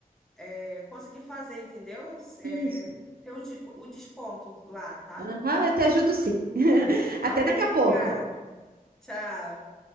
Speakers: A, in the centre; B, on the right.
A: é, conseguir fazer, entendeu? É,
B: Isso.
A: ter o, des- o desconto lá, tá?
B: Aham, eu te ajudo sim. <laughs> Até
A: Tá bom,
B: daqui
A: obrigada.
B: a pouco.
A: Tchau.